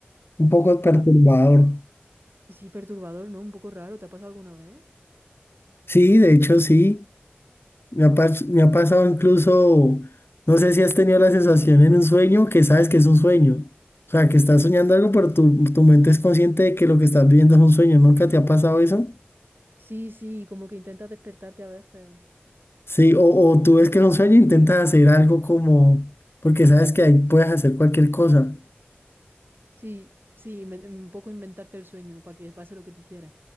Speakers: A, on the left (about 70°); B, on the right (about 60°).
A: Un poco perturbador.
B: O sea, sí, perturbador, ¿no? Un poco raro, ¿te ha pasado alguna vez?
A: Sí, de hecho sí. Me ha, pas- me ha pasado incluso, no sé si has tenido la sensación en un sueño que sabes que es un sueño. O sea, que estás soñando algo, pero tu, tu mente es consciente de que lo que estás viviendo es un sueño. ¿Nunca te ha pasado eso?
B: Sí, sí, como que intentas despertarte a veces.
A: Sí, o, o tú ves que es un sueño e intentas hacer algo como, porque sabes que ahí puedes hacer cualquier cosa.
B: Sí, sí, inven- un poco inventarte el sueño para que pase lo que tú quieres.